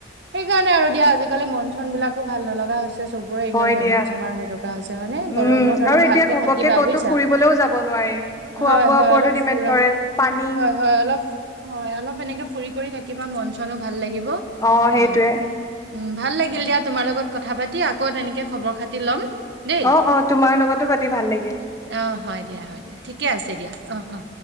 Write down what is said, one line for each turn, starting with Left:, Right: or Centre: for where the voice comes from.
Right: সেইকাৰণে আৰু দিয়া আজাল মন চন বিলাকো ভাল নলগা হৈছে চবৰে ইমান
Left: হয়
Right: বেমাৰ
Left: দিয়া
Right: চেমাৰ হৈ থকা হৈছে হয়নে
Left: উম
Right: গৰমত অলপ
Left: আৰু
Right: ভালকে
Left: এতিয়া ঘপককে
Right: থাকিবা
Left: ক'তো
Right: বুজিছা
Left: ফুৰিবলৈও যাব নোৱাৰি খোৱা
Right: হয়
Left: বোৱাৰ
Right: হয়
Left: ওপৰতো
Right: অলপ
Left: ডিপেণ্ড
Right: ফুৰা
Left: কৰে পানী
Right: হয় হয় অল হয় অলপ এনেকে ফুৰি কৰি থাক কিবা মন চনো ভাল লাগিব
Left: অ
Right: হয়‌।
Left: সেইটোয়ে
Right: উ ভাল লাগিল দিয়া তোমাৰ লগত কথা পাতি আকৌ তেনেকে খবৰ খাতি ল'ম। দেই
Left: অ অ তোমাৰ লগতো পাতি ভাল লাগিল
Right: আহ হয় দিয়া হয় দিয়া ঠিকে আছে দিয়া অ অ